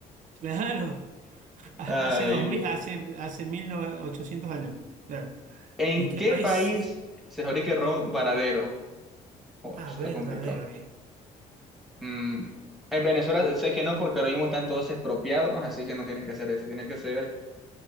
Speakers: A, on the right (about 50°); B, in the centre.
A: Claro. Ha-
B: Ay.
A: Hace dos mil, hace, hace 1800 años. Claro.
B: ¿En
A: ¿En qué
B: qué
A: país?
B: país se fabrica el ron Varadero? Oh,
A: Ah,
B: eso está
A: verdadero,
B: complicado.
A: bien.
B: Mm, en Venezuela sé que no, porque ahora mismo están todos expropiados, así que no tiene que ser ese, tiene que ser